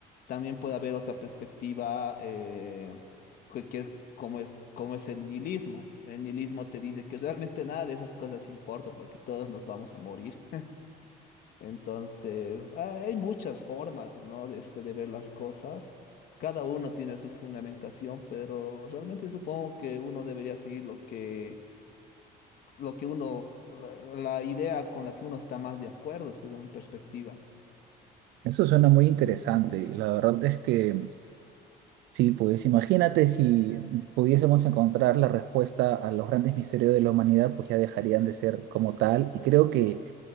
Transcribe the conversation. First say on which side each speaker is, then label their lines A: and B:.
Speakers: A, on the left; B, on the right.
A: También puede haber otra perspectiva eh, que, que es como, es- como es el nihilismo. El nihilismo te dice que realmente nada de esas cosas importa porque todos nos vamos a morir. Entonces, ah, hay muchas formas, ¿no? De, este, de ver las cosas. Cada uno tiene su fundamentación, pero realmente supongo que uno debería seguir lo que, lo que uno, la la idea con la que uno está más de acuerdo, según mi perspectiva.
B: Eso suena muy interesante. La verdad es que sí, pues imagínate si pudiésemos encontrar la respuesta a los grandes misterios de la humanidad, pues ya dejarían de ser como tal. Y creo que